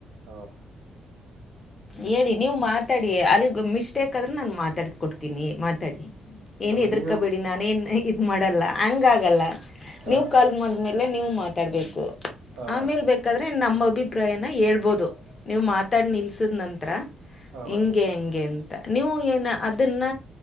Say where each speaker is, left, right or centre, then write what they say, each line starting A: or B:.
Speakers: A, on the right; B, on the left.
A: ಹೌದು
B: ಹೇಳಿ ನೀವು ಮಾತಾಡಿ ಅಲ್ಲಿಗ್ ಮಿಸ್ಟೇಕ್ ಅ ಆದ್ರೆ ನಾನು ಮಾತಾಡ್ ಕೊಡ್ತೀನಿ ಮಾತಾಡಿ ಏನ್
A: ಅಲ್ಲ
B: ಎದರ್ಕಬೇಡಿ
A: ನೀವೇ ಮ-
B: ನಾನೇನ್ ಇದ್ ಮಾಡಲ್ಲ ಹಂಗ ಆಗಲ್ಲ
A: ಹಾ
B: ನೀವು ಕಾಲ್ ಮಾಡ್ಮೇಲೆ ನೀವು ಮಾತಾಡ್ಬೇಕು
A: ಹಾ
B: ಆಮೇಲೆ
A: ಮೇಡಮ್
B: ಬೇಕ್ರೆ ಅನಮ್ಮ ಅಭಿಪ್ರಾಯನ ಹೇಳ್ಬೋದು ನೀವು ಮಾತಾಡ್ ನಿಲ್ಸಿದ್ ನಂತತ್ರ
A: ಹಾ
B: ಹಿಂಗೆ
A: ಮೇಡಮ್
B: ಹಂಗೆ ಅಂತ ನೀವು ಏನ ಅದನ್ನ